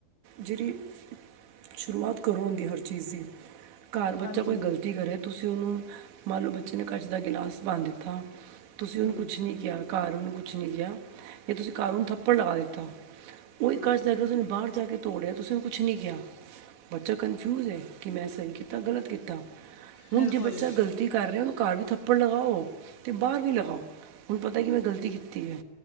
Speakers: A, on the right (about 85°); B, on the left (about 60°).
A: ਜਿਹੜੀ ਸ਼ੁਰੂਆਤ ਕਰੋਂ ਹੁੰਦੀ ਹਰ ਚੀਜ਼ ਦੀ, ਘਰ ਬੱਚਾ
B: ਹਾਂਜੀ
A: ਕੋਈ ਗਲਤੀ ਕਰੇ ਤੁਸੀਂ ਉਹਨੂੰ ਮੰਨ ਲਓ ਬੱਚੇ ਨੇ ਕੱਚ ਦਾ ਗਿਲਾਸ ਪਾਣ ਦਿੱਤਾ, ਤੁਸੀਂ
B: ਹਮ
A: ਉਹਨੂੰ ਕੁਛ ਨਹੀਂ ਕਿਆ ਘਰ ਉਹਨੂੰ ਕੁਛ ਨਹੀਂ ਕਿਆ, ਜੇ ਤੁਸੀਂ ਘਰ ਉਹੁਨੂੰ ਥੱਪੜ ਲਗਾ ਦਿੱਤਾ। ਓਹੀ
B: ਹਮ
A: ਕੱਚ ਅਗਰ ਤੁਸੀਂ ਉਹਨੂੰ ਬਾਹਰ ਜਾ ਕੇ ਤੋੜਿਆ ਤੁਸੀਂ ਕੁਛ ਨਹੀਂ ਕਿਹਾ, ਬੱਚਾ ਕਨਫਿਊਜ ਹੈ ਕਿ ਮੈਂ ਸਹੀ ਕੀਤਾ ਗ਼ਲਤ ਕੀਤਾ। ਹੁਣ
B: ਬਿਲਕੁਲ
A: ਜੇ ਬੱਚਾ ਗ਼ਲਤੀ ਕਰ ਰਿਹਾ ਉਹਨੂੰ ਘਰ ਵੀ ਥੱਪੜ ਲਗਾਓ, ਤੇ ਬਾਹਰ ਵੀ ਲਗਾਓ। ਹੁਣ ਪਤਾ ਕਿ ਮੈਂ ਗ਼ਲਤੀ ਕੀਤੀ ਹੈ,